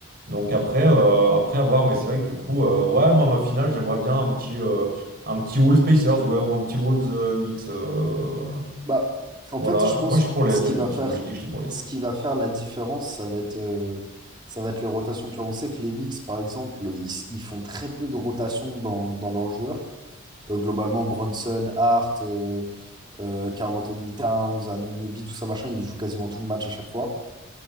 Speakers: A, on the right; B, on the right.
A: Donc après, euh, après avoir, mais c'est vrai que du coup, euh, ouais, moi, ma finale, j'aimerais bien un petit, euh, un petit Wolves Pacers, ouais, ou un petit Wolves euh, Knicks. euh,
B: Bah, en
A: voilà,
B: fait, je pense
A: moi, je
B: que
A: suis pour l'Est,
B: ce qui
A: hein, de
B: va
A: toute façon,
B: faire,
A: moi, j'ai dit que j'étais pour l'Est.
B: ce qui va faire la différence, ça va être, euh, ça va être les rotations. Tu vois, on sait que les Knicks, par exemple, ils, ils font très peu de rotations dans, dans leurs joueurs. Euh, globalement, Brunson, Hart, euh, euh, Karl Anthony Towns, Anunoby, tout ça, machin, ils jouent quasiment tout le match à chaque fois.